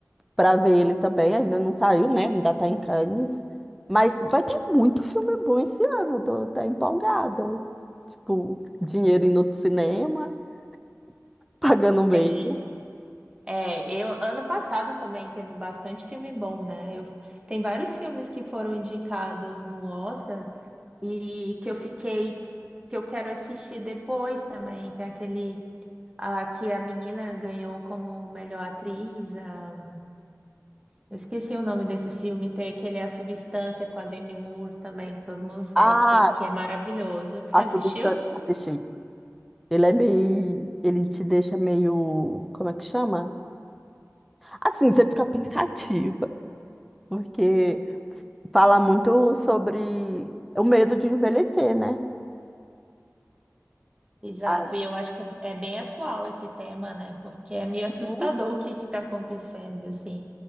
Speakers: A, in the centre; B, on the right.
A: para ver ele também. Ainda não saiu, né? Ainda tá em Cannes. Mas vai ter muito filme bom esse ano. Eu tô até empolgada. Tipo, dinheiro indo pro cinema, <laughs> pagando meio.
B: Tem. É, eu ano passado também teve bastante filme bom, né? Eu, tem vários filmes que foram indicados no Oscar e que eu fiquei, que eu quero assistir depois também. Tem aquele ah, que a menina ganhou como melhor atriz. ah, eu esqueci o nome desse filme. Tem aquele A Substância com a Demi Moore também, que todo mundo fala
A: Ah,
B: que foi que é maravilhoso. Que
A: a
B: você assistiu?
A: Substância. Assisti. Ele é meio. Ele te deixa meio. Como é que chama? Assim, você fica pensativa. Porque fala muito sobre o medo de envelhecer, né?
B: Exato,
A: Ah.
B: e eu acho que é, é bem atual esse tema, né? Porque é meio assustador
A: uhum.
B: o que está acontecendo, assim.